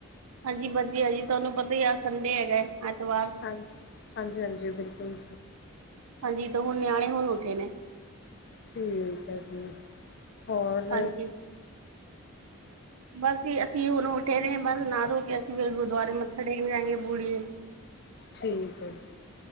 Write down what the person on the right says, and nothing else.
ਹਾਂਜੀ ਵਧੀ ਹਜੀ ਤੁਹਾਨੂੰ ਪਤਾ ਹੀ ਆ ਸੰਡੇ ਹੈਗਾ ਐਤਵਾਰ।
ਹਾਂਜੀ ਤਾਂ ਹੁਣ ਨਿਆਣੇ ਹੁਣ ਉੱਠੇ ਨੇ
ਹਾਂਜੀ। ਬਸ ਅਸੀਂ ਹੁਣ ਉੱਠੇ ਰਹੇ ਹ ਬਸ ਅਥ ਹੋ ਕੇ ਅਸੀਂ ਫਿਰ ਗੁਰਦੁਆਰੇ ਮੱਥਾ ਟੇਕਣ ਜਾਏਗੇ ਬੂੜੀ